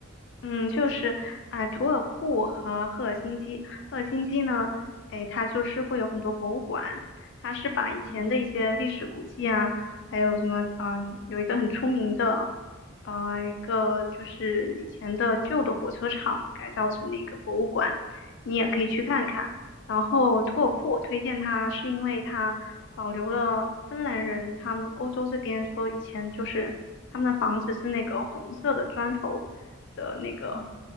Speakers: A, on the left; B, on the right.
A: 嗯，就是啊、图尔库和赫尔辛基。赫尔辛基呢，哎，它就是会有很多博物馆，它是把以前的一些历史古迹啊，
B: 嗯
A: 还有什么，嗯、有一个很出名的，呃，一个就是以前的旧的火车厂改造成的一个博物馆，你也可以去看看。
B: 嗯
A: 然后图尔库我推荐它，
B: 嗯
A: 是因为它保留了芬兰人他们欧洲这边说以前就是他们的房子是那个红色的砖头的那个
B: 嗯